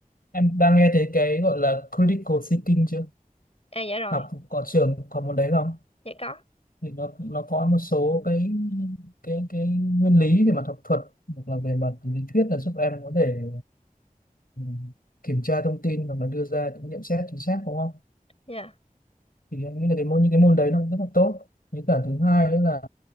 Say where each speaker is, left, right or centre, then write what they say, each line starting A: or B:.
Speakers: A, on the left; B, on the left.
A: Em đang nghe thấy cái gọi là critical thinking chưa?
B: À dạ rồi,
A: Học có trường có môn đấy không?
B: dạ có.
A: Thì nó nó có một số cái cái cái nguyên lý về mặt học thuật hoặc là về mặt lý thuyết là giúp em có thể ừ, kiểm tra thông tin và mà đưa ra những nhận xét chính xác đúng không?
B: Dạ.
A: Thì em nghĩ là cái môn những cái môn đấy nó cũng rất là tốt. Với cả thứ hai nữa là